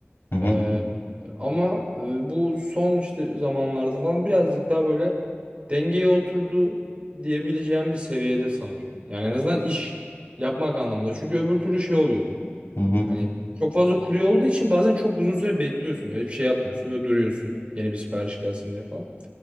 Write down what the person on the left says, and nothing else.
hı hı
hı hı